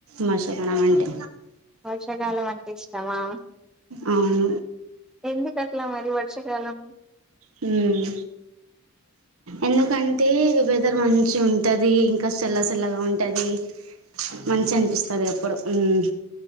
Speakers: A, on the right (about 70°); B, in the centre.
A: మష ఏమంటే
B: వర్షాకాలం అంటే ఇష్టమా!
A: అవును
B: ఎందు కట్లా మరి వర్షాకాలం
A: హమ్ ఎందుకంటే వెదార్ మంచిగా ఉంటది ఇంకా సళ్ళ సల్లగా ఉంటది మంచి అనిపిస్తది ఎప్పుడు హమ్